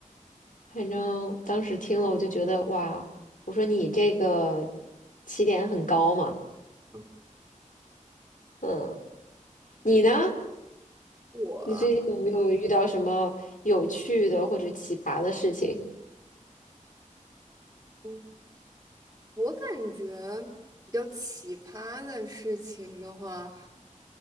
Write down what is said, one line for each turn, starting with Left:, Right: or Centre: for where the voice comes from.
Left: 反正当时听了，我就觉得哇，我说你这个起点很高嘛，
Right: 嗯
Left: 嗯，你呢？
Right: 我
Left: 你最近有没有遇到什么有趣的或者奇葩的事情？
Right: 嗯我感觉比较奇葩的事情的话，